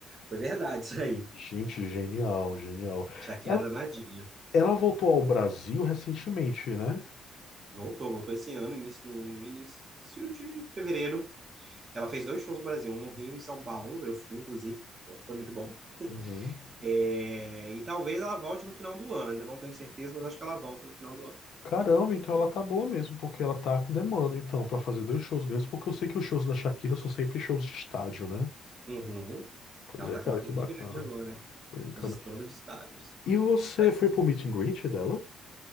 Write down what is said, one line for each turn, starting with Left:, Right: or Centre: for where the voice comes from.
Right: foi verdade isso aí.
Left: Gente, genial, genial.
Right: Shakira
Left: Ela,
Right: danadinha.
Left: ela voltou ao Brasil recentemente, né?
Right: Voltou, voltou esse ano, início, do- início de fevereiro. Ela fez dois shows no Brasil, um no Rio e em São Paulo. Eu fui, inclusive, foi muito bom.
Left: Uhum.
Right: É, e talvez ela volte no final do ano. Ainda não tenho certeza, mas acho que ela volta no final do ano.
Left: Caramba, então ela tá boa mesmo, porque ela tá com demanda, então, pra fazer dois shows grandes, porque eu sei que os shows da Shakira são sempre shows de estádio, né?
Right: Uhum.
Left: Pois
Right: Ela
Left: é,
Right: tá
Left: cara,
Right: com uma
Left: que
Right: turnê
Left: bacana.
Right: grande agora.
Left: Bacana.
Right: de todos os estádios.
Left: E você
Right: Mas,
Left: foi pro meet and greet dela?